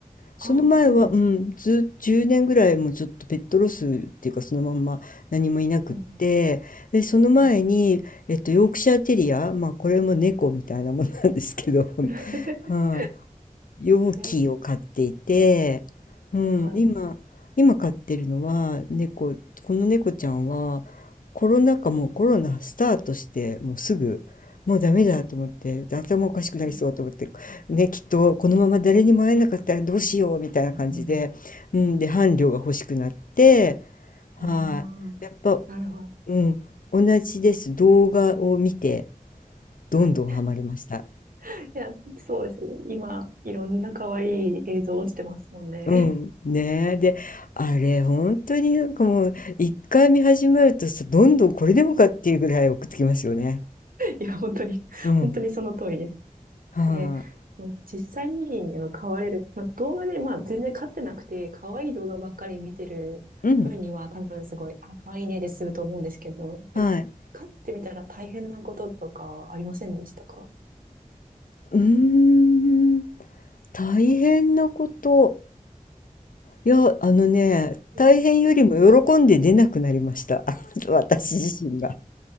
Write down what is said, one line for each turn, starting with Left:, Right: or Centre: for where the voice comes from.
Left: その前は、
Right: ああ、そうなんですか。
Left: うん、ず、10年ぐらいもうちょっとペットロスっていうかそのまんま何もいなくって、
Right: うん、
Left: で、その前に、
Right: はい。
Left: えっと、ヨークシャーテリア、まあこれも猫みたいなもんなんですけど、<laughs>
Right: <laughs>
Left: はい容器を買っていて、
Right: ね、
Left: うん、
Right: はい。
Left: 今、今飼ってるのは猫、この猫ちゃんはコロナ禍もうコロナスタートしてもうすぐもうダメだと思って頭おかしくなりそうと思ってねきっとこのまま誰にも会えなかったらどうしようみたいな感じで、
Right: うん、はいうん、
Left: うん、で伴侶が欲しくなってはいやっぱ、
Right: ああ、なるほど。
Left: うん、同じです動画を見てどんどんハマりました。
Right: はい。いや、そうですね。今、いろんな可愛い映像落ちてますもんね。
Left: うん、ねえ。で、あれ、
Right: うんはい
Left: 本当になんかもう、一回見始めるとさ、どんどんこれでもかっていうぐらい送ってきますよね。
Right: いや、本当に、
Left: うん。
Right: 本当にその通りです。
Left: は
Right: で、もう実際にあの飼われる、まあ、動画で、まあ、全然飼ってなくて、可愛い動画ばっかり見てる分には、
Left: い。うん。
Right: 多分すごい、あ、可愛いねで済むと思うんですけど、やっぱり飼ってみたら大変なこととかありませんでしたか
Left: はい。うーん。大変なこと。いや、あのね、
Right: うん
Left: 大変よりも喜んで出なくなりました。<laughs> あの私自身が。